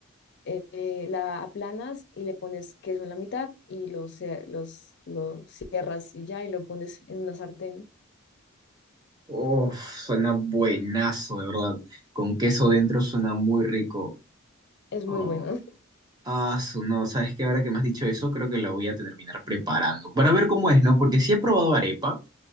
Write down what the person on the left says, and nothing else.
eh, eh, la aplanas y le pones queso en la mitad y lo, cie- los, lo cierras y ya y lo pones en una sartén.
Es
muy bueno.